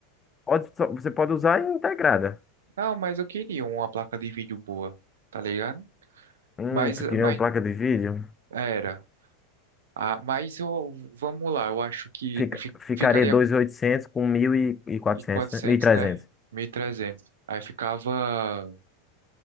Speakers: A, on the left; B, on the right.
A: Pode, só- você pode usar integrada.
B: Não, mas eu queria uma placa de vídeo boa, tá ligado?
A: Hum,
B: Mas,
A: tu queria
B: mas
A: uma placa de vídeo?
B: era. Ah, mas eu, vamos lá, eu acho que
A: Fica,
B: fi-
A: ficaria
B: ficaria
A: dois mil e oitocentos com mil e quatrocentos,
B: em 400,
A: né? Mil e trezentos.
B: né? 1.300. Aí ficava